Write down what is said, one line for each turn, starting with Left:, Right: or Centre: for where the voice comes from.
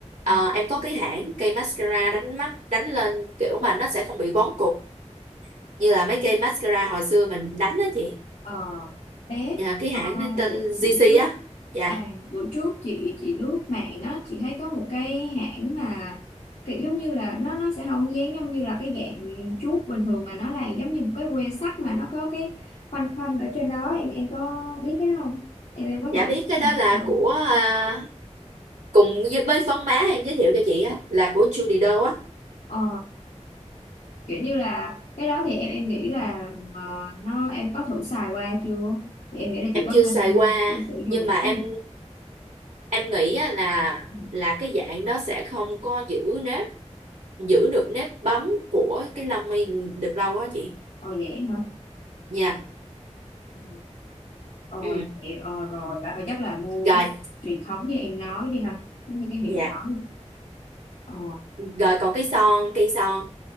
Left: Ừ.
Right: Ờ, em có cái hãng cây mascara đánh mắt đánh lên kiểu mà nó sẽ không bị vón cục như là mấy cây mascara hồi xưa mình đánh đó chị
Left: Ờ, bé
Right: Dạ, cái
Left: ờ,
Right: hãng này tên
Left: buổi
Right: GC
Left: buổi trước
Right: á dạ
Left: à buổi trước chị chị lướt mạng á chị thấy có một cái hãng mà kiểu giống như là nó nó sẽ không dán giống như là cái dạng chuốt bình thường mà nó là giống như một cái que sắt mà nó có cái khoanh khoanh ở trên đó em em có biết cái đó không em em có
Right: dạ
Left: thử
Right: biết cái đó là
Left: thử
Right: của à, cùng với với phấn má em giới thiệu cho chị á là của Judy Do á
Left: Ờ, kiểu như là cái đó thì em em nghĩ là ờ, nó em có thử xài qua chưa thì em nghĩ là
Right: em
Left: chị có
Right: chưa
Left: nên
Right: xài qua
Left: ờ, thử sử dụng
Right: nhưng
Left: cái
Right: mà
Left: đó không?
Right: em em nghĩ á, là
Left: Ừ.
Right: là cái dạng đó sẽ không có giữ nếp giữ được nếp bóng của cái lông mi mình được lâu á chị
Left: Ờ vậy hả?
Right: nha
Left: Ừ. Ờ,
Right: ừ.
Left: vậy- ờ rồi vậy thôi chắc là mua
Right: rồi
Left: cái truyền thống như em nói đi ha cái cái hiệu
Right: dạ
Left: đó đi. ờ
Right: rồi còn cái son cây son